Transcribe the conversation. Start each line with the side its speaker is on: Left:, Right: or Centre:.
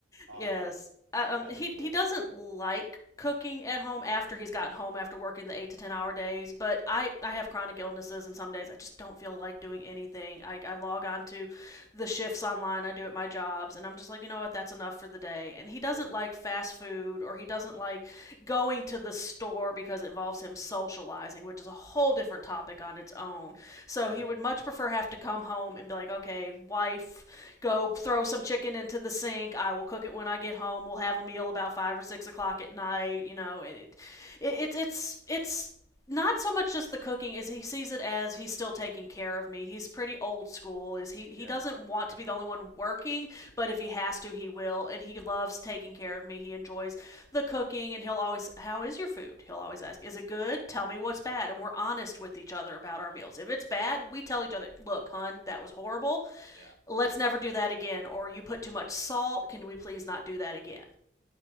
Right: Um,
Left: Yes. Uh, um,
Right: that's
Left: he
Right: cool.
Left: he doesn't like cooking at home after he's gotten home after working the eight to ten hour days. But I I have chronic illnesses, and some days I just don't feel like doing anything. I I log on to the shifts online I do at my jobs, and I'm just like, you know what, that's enough for the day. And he doesn't
Right: Yeah,
Left: like fast food, or he doesn't like going to the store because it involves him socializing, which is a whole different topic on its own. So
Right: yeah,
Left: he would much prefer have to come home and be like, okay, wife, go throw some chicken into the sink. I will cook it when I get home. We'll have a meal about five or six o'clock at night. You know, and it, it, it it's it's not so much just the cooking as he sees it as he's still taking care of me. He's pretty old school. Is he he
Right: yeah,
Left: doesn't want to be the only one working, but if he has to, he will and he loves taking care of me. He enjoys the cooking and he'll always how is your food? He'll always ask, "Is it good? Tell me what's bad."
Right: yeah,
Left: And we're honest with each other about our meals. If it's bad, we tell each other, "Look, hun, that was horrible
Right: yeah.
Left: let's never do that again or you put too much salt can we please not do that again